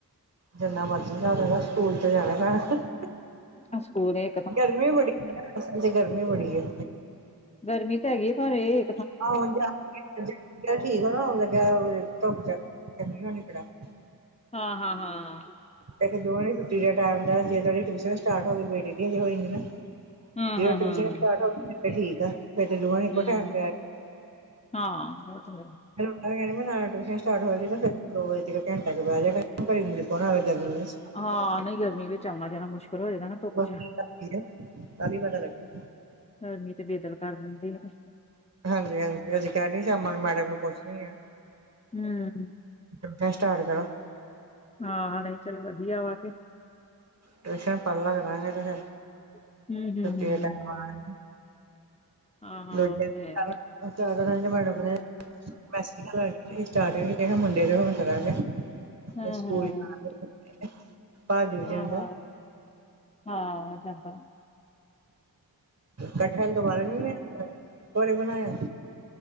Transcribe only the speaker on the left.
ਆ ਸਕੂਲ ਏ।
ਗਰਮੀ ਤਾਂ ਹੈਗੀ ਏ ਪਰ ਏ
ਹਾਂ-ਹਾਂ-ਹਾਂ
ਹਾਂ
ਹਾਂ
ਹਾਂ
ਹਮ
ਹਾਂ, ਓ ਤੇ ਹੈ।
ਹਾਂ ਨਈ ਗਰਮੀ ਵਿੱਚ ਆਉਣਾ-ਜਾਣਾ ਮੁਸ਼ਕਿਲ ਹੋ ਜਾਂਦਾ ਨਾ ਧੁੱਪ
ਚ
ਗਰਮੀ ਚ ਬੇਦਲ ਕਰ ਦਿੰਦੇ ਆ ਤੇ
ਹੂੰ-ਹਂ।
ਹਾਂ ਨਈ ਚੱਲੋ ਵਧੀਆ ਵਾ ਤੇ
ਹਮ ਹਮ
ਹਮ
ਹਾਂ ਹਾਂ
ਉਹ ਤੇ ਹੈ
ਹਮ
ਹਮ
ਹਾਂ ਹਾਂ ਹਾਂ ਜਾਂਦਾ।